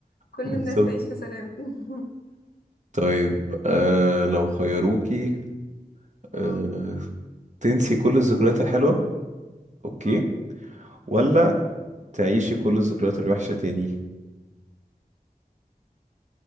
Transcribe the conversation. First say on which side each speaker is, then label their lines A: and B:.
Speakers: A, on the left; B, on the right.
A: كل
B: <laughs> بالظبط
A: الناس تعيش في سلام <laughs>
B: طيب آه... لو خيروكي آه...
A: مم،
B: تنسي كل الذكريات الحلوة أوكي
A: مم.
B: ولا تعيشي كل الذكريات الوحشة تاني